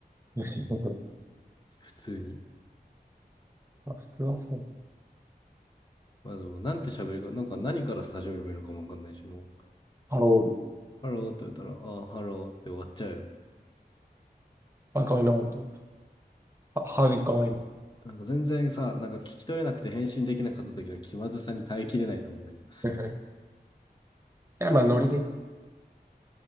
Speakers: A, on the right; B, on the left.
A: <laughs>
B: 普通に。
A: まあ普通はそう。
B: まずもう、なんて喋るか、なんか何から始めればいいのかもわかんないし、もう、
A: ハロール、
B: ハローって言ったら、あハローって終わっちゃうよ。
A: 若いな、本当 How's it going?
B: なんか全然さ、なんか聞き取れなくて返信できなかった時の気まずさに耐えきれないと思うんだけど。
A: はいはいい <laughs> や、まあ、ノリで。